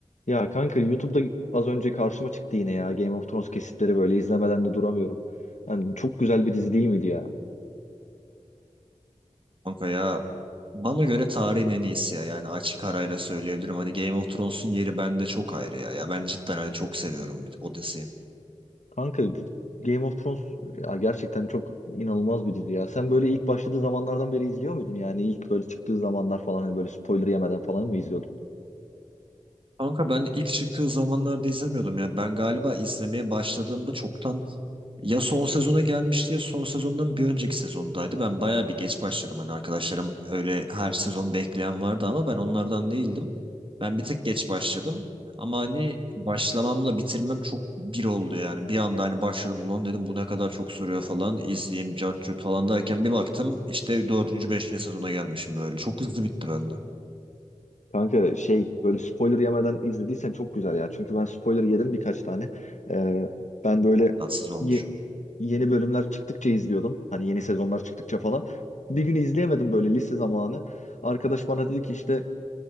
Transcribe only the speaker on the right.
Kanka ya bana göre tarihin en iyisi ya. Yani açık arayla söyleyebilirim. Hani Game of Thrones'un yeri bende çok ayrı ya. Ya ben cidden hani çok seviyorum o diziyi.
Kanka ben ilk çıktığı zamanlarda izlemiyordum ya. Ben galiba izlemeye başladığımda çoktan ya son sezona gelmişti ya son sezondan bir önceki sezondaydı. Ben bayağı bir geç başladım. Hani arkadaşlarım öyle her sezon bekleyen vardı ama ben onlardan değildim. Ben bir tık geç başladım. Ama hani başlamamla bitirmem çok bir oldu yani. Bir anda hani başladım ulan dedim bu ne kadar çok soruyor falan. İzleyeyim cartçut falan derken bir baktım işte dördüncü beşinci sezona gelmişim öyle. Çok hızlı bitti bende.
Tatsız olmuşum.